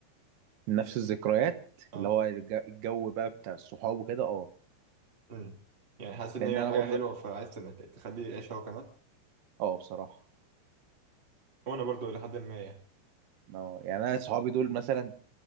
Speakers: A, on the right; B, on the right.
A: نفس الذكريات
B: اه
A: اللي هو الج- الجو بقى بتاع الصحاب وكده اه
B: امم يعني حاسس ان
A: لان
B: هي
A: انا
B: حاجة
A: برضو
B: حلوة فعايز تن- تخليه يعيشها هو كمان
A: اه بصراحه
B: وانا برضو لحد ما يعني
A: اه يعني انا صحابي دول مثلا